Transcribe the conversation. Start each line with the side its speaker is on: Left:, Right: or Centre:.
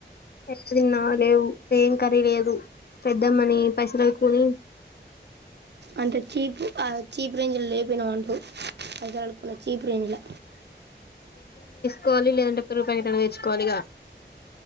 Left: ఎం దిన్నా లేవు ఏం కర్రీ లేదు పెద్దమ్మని పెసర్లు కూని
Right: అంటే చీప్ ఆ చీప్ రేంజ్ లో లేపోయినా అంటూ పజలుడుకున్న చీప్ రేంజ్ లో
Left: కోవాలి లేదంటే పెరుగు పాకెట్ అయినా తెచ్చుకోవాలిగా